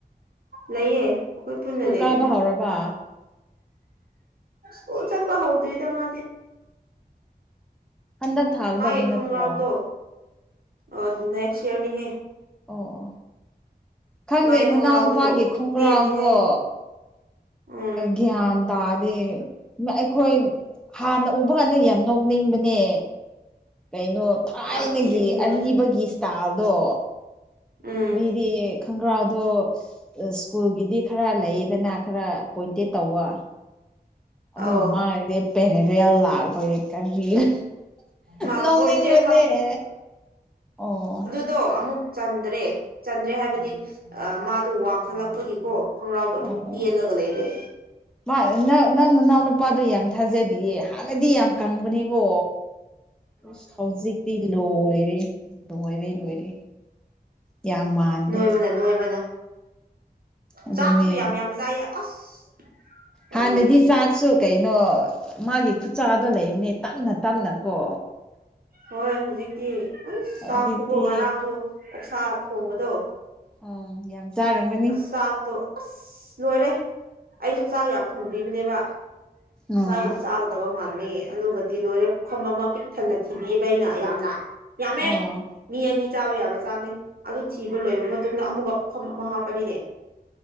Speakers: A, on the right; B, in the centre.
A: ꯂꯩꯌꯦ ꯑꯩꯈꯣꯏ ꯄꯨꯟꯅ
B: ꯁ꯭ꯀꯨꯜ
A: ꯂꯩꯕꯅꯤ
B: ꯀꯥꯕ ꯍꯧꯔꯕ
A: ꯁꯜ ꯁꯄ ꯍꯗ꯭ꯔ ꯏꯗ ꯃꯥꯗꯤꯦ
B: ꯍꯟꯗꯛ ꯊꯥꯒꯗꯕ
A: ꯃꯥꯒꯤ ꯈꯣꯡꯒ꯭ꯔꯥꯎꯗꯣ
B: ꯅꯠꯇ꯭ꯔꯣ
A: ꯑꯣ ꯅꯦꯛꯁ ꯏꯔꯅꯤꯍꯦ
B: ꯑꯣ ꯑꯣ ꯈꯪꯗꯦ
A: ꯃꯥꯏ
B: ꯅꯅꯥꯎ
A: ꯈꯣꯡꯒ꯭ꯔꯥꯎꯗꯣ
B: ꯅꯨꯨꯄꯥꯒꯤ ꯈꯣꯡꯒ꯭ꯔꯥꯎꯗꯣ
A: ꯇꯦꯜꯂꯤ ꯍꯥꯏ ꯎꯝ
B: ꯭ꯒꯌ꯭ꯥꯟ ꯇꯥꯔꯗꯤ ꯑꯩꯈꯣꯏ ꯍꯥꯟꯅ ꯎꯕ ꯀꯥꯟꯗ ꯌꯥꯝ ꯅꯣꯛꯅꯤꯡꯕꯅꯦ ꯀꯩꯅꯣ ꯊꯥꯏꯅꯒꯤ
A: ꯌꯥꯝ ꯊꯤ ꯏꯟꯈ꯭ꯔꯕꯅꯦ
B: ꯑꯔꯤꯕꯒꯤ ꯏꯁꯇꯥꯏꯜꯗꯣ
A: ꯎꯝ
B: ꯃꯤꯗꯤ ꯈꯣꯡꯒ꯭ꯔꯥꯗꯣ ꯁ꯭ꯀꯨꯜꯒꯤꯗꯤ ꯈꯔ ꯂꯩꯌꯦꯗꯅ ꯈꯔ ꯄꯣꯏꯟꯇꯦꯠ ꯇꯧꯕ ꯑꯗꯨꯒ
A: ꯑꯧ
B: ꯃꯥꯒꯤꯗꯤ ꯄꯦꯔꯦꯔꯦꯜ ꯂꯥꯛꯄꯒꯤ ꯀꯔꯤꯅ
A: ꯃꯥ
B: ꯅꯣꯡꯅꯤꯡꯕꯅꯦ
A: ꯄꯣꯏꯟꯇꯦꯠ
B: ꯑꯣ
A: ꯑꯗꯣ ꯑꯃꯨꯛ ꯆꯟꯗ꯭ꯔꯦ ꯆꯟꯗ꯭ꯔꯦ ꯍꯥꯏꯕꯗꯤ ꯑꯥ ꯃꯥꯗꯣ ꯋꯥꯡꯈꯠꯂꯛꯄꯒꯤꯀꯣ ꯈꯣꯡꯒ꯭ꯔꯥꯎꯗꯣ ꯑꯃꯨꯛ
B: ꯑꯣ
A: ꯇꯦꯜꯂꯒ ꯂꯩꯔꯦ
B: ꯃꯥ ꯅ ꯅꯪ ꯅꯅꯥꯎꯅ ꯅꯨꯄꯥꯗꯨꯣ ꯌꯥꯝ ꯊꯥꯖꯗꯤꯌꯦ ꯍꯥꯟꯅꯗꯤ ꯌꯥꯝ ꯀꯪꯕꯅꯦꯀꯣ ꯏꯁ ꯍꯧꯖꯤꯛꯇꯤ ꯂꯣꯏꯔꯦ ꯂꯣꯏꯔ ꯂꯣꯏꯔꯦ ꯌꯥꯝ ꯃꯥꯟꯗꯦ
A: ꯅꯣꯏꯕꯅ ꯅꯣꯏꯕꯅ
B: ꯑꯗꯨꯅꯦ
A: ꯆꯥꯛꯁꯨ ꯌꯥꯝ ꯌꯥꯝ ꯆꯥꯏꯌꯦ ꯑꯁ ꯀꯔꯤ
B: ꯍꯥꯟ ꯅ ꯗꯤ ꯆꯥꯛꯁꯨ ꯀꯩꯅꯣ ꯃꯥꯒꯤ ꯈꯨꯠꯆꯥꯥꯗꯣ ꯂꯩꯕꯅꯦ ꯇꯞꯅ ꯇꯞꯅ ꯀꯣ
A: ꯍꯣꯏ ꯍꯧꯖꯤꯛꯇꯤ ꯎ
B: ꯍꯧꯖꯤꯛꯇꯤ
A: ꯆꯥꯛꯁꯨꯀꯣ ꯉꯔꯥꯡꯁꯨ ꯑꯣꯛꯁꯥ ꯊꯣꯡꯕꯗꯣ
B: ꯑꯣ ꯌꯥꯝ ꯆꯥꯔꯝꯒꯅꯤ
A: ꯑꯁ ꯆꯥꯛꯇꯣ ꯑꯁ ꯂꯣꯏꯔꯦ ꯑꯩꯁꯨ ꯆꯥꯛ ꯌꯥꯝ ꯊꯣꯡꯕꯤꯕꯅꯦꯕ
B: ꯑꯣ
A: ꯆꯥꯛ ꯌꯥꯝ ꯆꯥꯕ ꯗꯕ ꯃꯥꯥꯟꯂ‌‌ꯦ ꯑꯗꯨꯒꯗꯤ ꯂꯣꯏꯔꯦ ꯄꯨꯈꯝ ꯑꯃ ꯄꯤꯛ ꯊꯟꯅ ꯊꯤꯕꯤꯕ ꯑꯩꯅ ꯌꯥꯝꯅ ꯌꯥꯝꯃꯦ
B: ꯑꯣ
A: ꯃꯤ ꯑꯅꯤ ꯆꯥꯕ ꯌꯥꯕ ꯆꯥꯛꯅꯦ ꯑꯗꯨ ꯊꯤꯕ ꯂꯣꯏꯕ ꯃꯇꯨꯡꯗ ꯑꯃꯨꯛꯀ ꯄꯨꯈꯝ ꯑꯃ ꯍꯥꯞꯄꯅꯤꯅꯦ